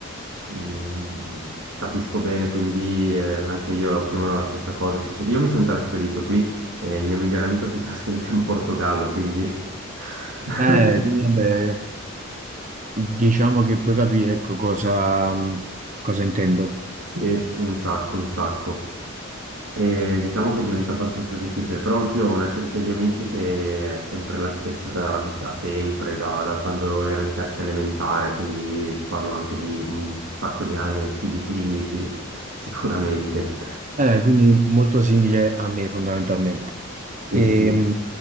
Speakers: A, on the right; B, on the right.
A: Mm, capisco bene, quindi eh, anche io più o meno la stessa cosa. Ci- io mi sono trasferito qui e il mio migliore amico si è <laughs> trasferito in Portogallo, quindi... <laughs>
B: Eh, quindi, vabbè, diciamo che puoi capire, ecco, cosa, mm, cosa intendo.
A: Sì, un sacco, un sacco. E diciamo che diventa abbastanza difficile, però anch'io ho una cerchia di amici che è sempre la stessa da, da sempre, da, da quando ero in terza elementare, quindi ti parlo anche di un sacco di anni, più di 15 sicuramente.
B: Eh, quindi molto simile a me fondamentalmente.
A: Sì,
B: E,
A: sì.
B: mh,